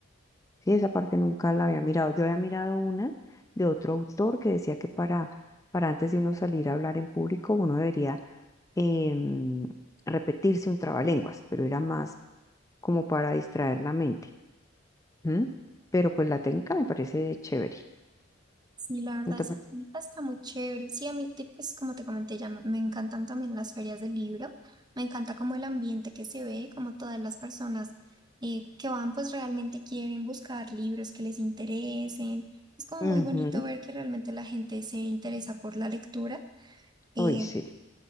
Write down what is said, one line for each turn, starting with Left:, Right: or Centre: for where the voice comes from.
Left: Sí, esa parte nunca la había mirado. Yo había mirado una de otro autor que decía que para, para antes de uno salir a hablar en público, uno debería em, repetirse un trabalenguas, pero era más como para distraer la mente. ¿m? Pero pues la técnica me parece chévere.
Right: Sí, la verdad,
Left: ¿No te
Right: esa
Left: parece?
Right: técnica está muy chévere. Sí, a mí, de- pues como te comenté, ya me me encantan también las ferias del libro. Me encanta como el ambiente que se ve, como todas las personas eh, que van, pues realmente quieren buscar libros que les interesen. Es como
Left: Ujú.
Right: muy bonito ver que realmente la gente se interesa por la lectura. eh,
Left: Uy, sí.